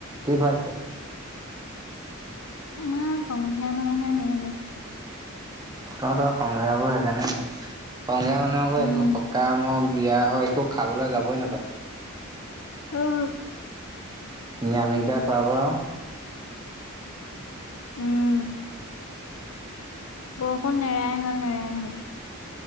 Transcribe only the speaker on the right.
কি খুৱাইছে?
তহঁতৰ সংঘয়াবোৰ সেইকাৰণে বেয়া। সংঘয়া মানুহকবোৰ
একো সকাম হওঁক বিয়া হয় একো খাবলৈ যাবই নাপায়।
নিৰামিষ দাল খুৱাব।